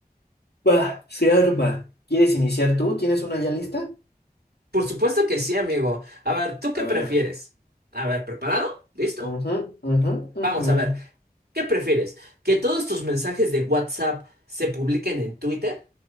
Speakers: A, on the left (about 85°); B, on the right (about 80°).
A: Va, se arma. ¿Quieres iniciar tú? ¿Tienes una ya lista?
B: Por supuesto que sí, amigo. A ver, ¿tú qué
A: A
B: prefieres?
A: ver.
B: A ver, ¿preparado? ¿Listo?
A: Ujú, ujú,
B: Vamos
A: ujú.
B: a ver, ¿qué prefieres? ¿Que todos tus mensajes de WhatsApp se publiquen en Twitter?